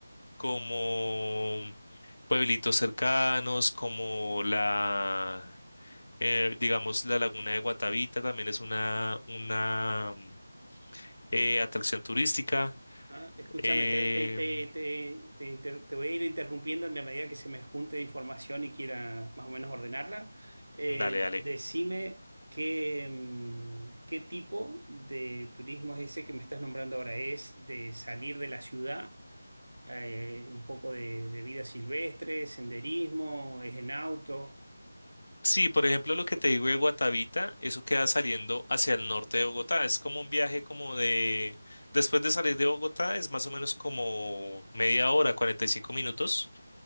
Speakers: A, on the left; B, on the right.
A: como pueblitos cercanos, como la, eh, digamos, la laguna de Guatavita también es una, una mm, eh, atracción turística.
B: Ah, escúchame,
A: Em,
B: te, te, te, te, te inter- te voy a ir interrumpiendo en la medida que se me junte información y quiera más o menos ordenarla. Eh,
A: dale, dale.
B: decime qué, mm, qué tipo de turismo es ese que me estás nombrando ahora. ¿Es de salir de la ciudad? Eh, un poco de, de vida silvestre, senderismo, es en auto.
A: Sí, por ejemplo, lo que te digo de Guatavita, eso queda saliendo hacia el norte de Bogotá. Es como un viaje como de... Después de salir de Bogotá es más o menos como media hora, 45 minutos